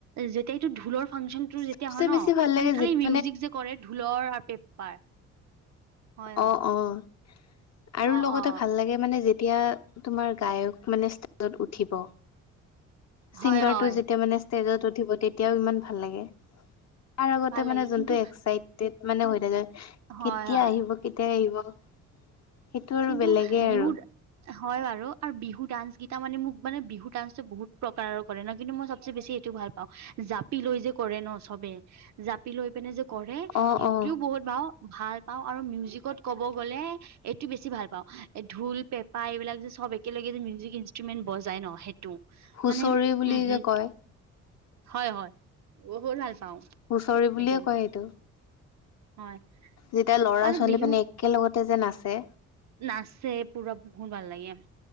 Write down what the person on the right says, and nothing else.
যেতিয়া এইটো ঢোলৰ ফাংচনটো যেতিয়া
হয় ন
মানে খালি
মিউজিক যে কৰে ঢোলৰ পেপাৰ হয় হয়
অ
অ
হয়
হয়
ভাল লাগে
কিন্তু
হয়
হয়
কিন্তু
বিহুত
হয় বাৰু আৰু বিহু ডান্স কেইটা মানে মোক মানে বিহু ডান্সটো বহুত প্ৰকাৰৰ কৰে ন কিন্তু মই চবচে বেছি এটো ভাল পাওঁ জাপি লৈ যে কৰে ন চবে জাপি লৈ পিনে যে কৰে
সেইটোও
বহুত বাৰ ভাল পাওঁ আৰু মিউজিকত ক'ব গ'লে টো বেছি ভাল পাওঁ ঢোল পেপা এইবিলাক যে চব একেলগে যে মিউজিক ইনষ্ট্ৰুমেন্ট বজাই ন সেইটো
মানে
উম হম
হয় হয় বহুত ভাল পাওঁ
এইটো বস্তু
হয়
আৰু
বিহুত
নাচে পুৰা বহুত ভাল লাগে